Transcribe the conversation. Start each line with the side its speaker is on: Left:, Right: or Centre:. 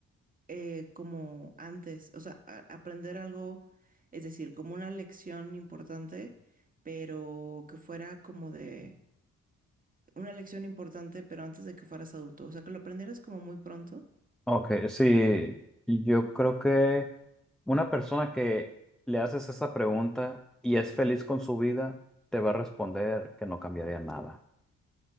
Right: eh, como antes? O sea, a- aprender algo, es decir, como una lección importante, pero que fuera como de una lección importante, pero antes de que fueras adulto. O sea, que lo aprendieras como muy pronto.
Centre: Ok, sí, yo creo que una persona que le haces esa pregunta y es feliz con su vida, te va a responder que no cambiaría nada.